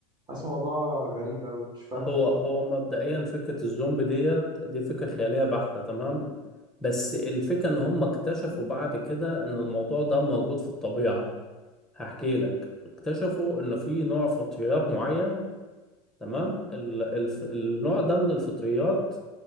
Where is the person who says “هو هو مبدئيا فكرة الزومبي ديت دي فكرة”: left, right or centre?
Centre